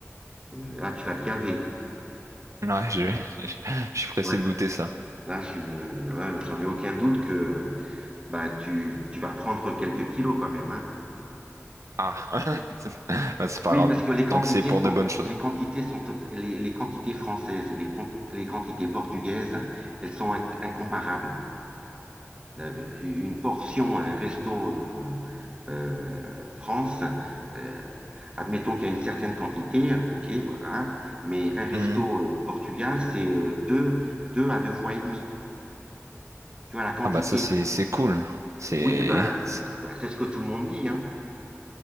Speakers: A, on the right; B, on the right.
A: euh, ah, tu vas te gaver.
B: ouais, je, <laughs> je suis pressé
A: Ouais.
B: de goûter ça.
A: Là, je euh, ouais, j'en ai aucun doute que euh, bah, tu, tu vas prendre quelques kilos quand même, hein.
B: Ah, <laughs> Bah, c'est pas
A: Oui,
B: grave.
A: parce que les quantités
B: Tant que c'est pour
A: sont,
B: de bonnes choses.
A: les quantités sont, tot- les, les quantités françaises et les, con- les quantités portugaises, elles sont in- incomparables. Euh, une portion, un resto euh, euh, France, euh, admettons qu'il y a une certaine quantité, ok, voilà, mais un resto
B: Mhm.
A: euh, Portugal, c'est euh, deux, deux à deux fois et demi. Tu vois, la quantité.
B: Ah bah ça c'est c'est cool. C'est
A: Oui, ben,
B: <laughs>
A: ben, c'est ce que tout le monde dit, hein.